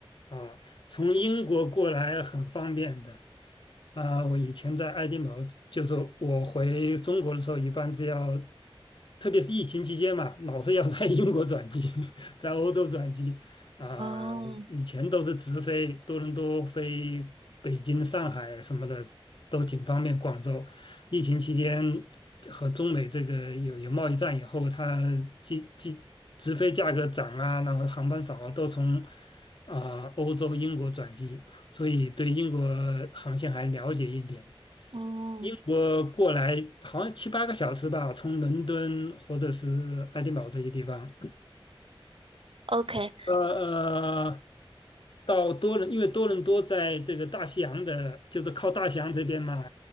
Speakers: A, on the left (about 55°); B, on the right (about 65°).
A: 啊，从英国过来很方便的。啊，我以前在爱丁堡，就是我回中国的时候，一般只要，特别是疫情期间嘛，老是要在英国转机，<laughs> 在欧洲转机。啊，
B: 哦，
A: 以前都是直飞多伦多、飞北京、上海什么的，都挺方便。广州，疫情期间和中美这个有有贸易战以后，它机机直飞价格涨啊，然后航班少啊，都从。啊、欧洲英国转机，所以对英国航线还了解一点。
B: 嗯
A: 英国过来好像七八个小时吧，从伦敦或者是爱丁堡这些地方，
B: OK，
A: 呃呃，到多伦，因为多伦多在这个大西洋的，就是靠大西洋这边嘛，